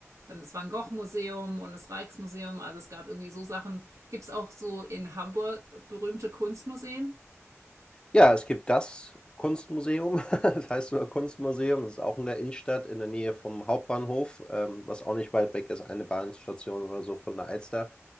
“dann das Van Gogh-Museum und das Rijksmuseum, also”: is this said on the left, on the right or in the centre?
Right